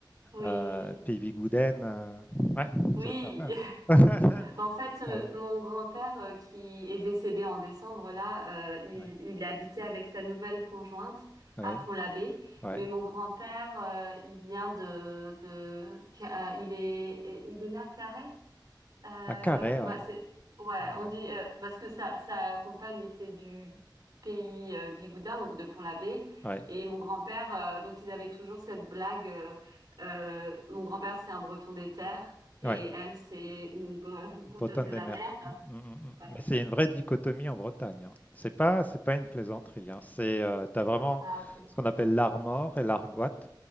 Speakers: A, on the right; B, on the left.
A: oui,
B: Euh, Pays Gouden, euh, ouais,
A: oui.
B: c'est sympa. <laughs>
A: Bah, En fait, euh,
B: Ouais,
A: mon grand-père euh, qui est décédé en décembre, là, euh, il,
B: ouais,
A: il habitait avec sa nouvelle conjointe
B: ouais,
A: à Pont-l'Abbé.
B: ouais.
A: Mais mon grand-père, euh, il vient de, de, Ca- euh, il est, il est né à Carhaix. Euh,
B: À Carré,
A: bah,
B: ouais,
A: c'est ouais,
B: ouais,
A: on dit euh, parce que sa sa compagne était du pays euh, Bigoudin, donc de Pont-l'Abbé,
B: ouais,
A: et mon grand-père, euh, donc ils avaient toujours cette blague. euh, euh, mon grand-père, c'est un Breton des terres, et
B: ouais.
A: elle, c'est une Bre- <laughs> Bretonne
B: Bretonne
A: de la
B: des mers.
A: mer.
B: Mm, mm, mm.
A: Voilà.
B: Mais c'est une vraie dichotomie en Bretagne. hein. C'est pas, c'est pas une plaisanterie. hein. C'est, euh, t'as vraiment
A: Ah ok.
B: ce qu'on appelle l'armor et l'argoat.